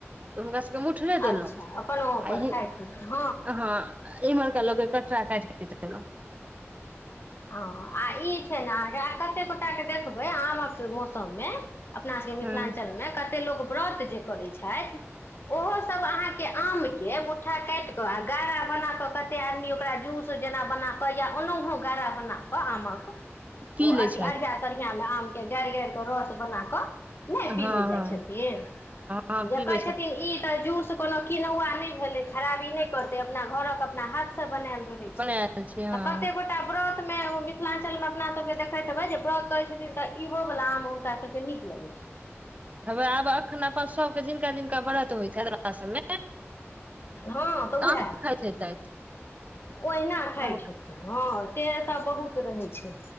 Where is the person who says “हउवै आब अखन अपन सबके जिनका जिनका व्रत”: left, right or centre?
Right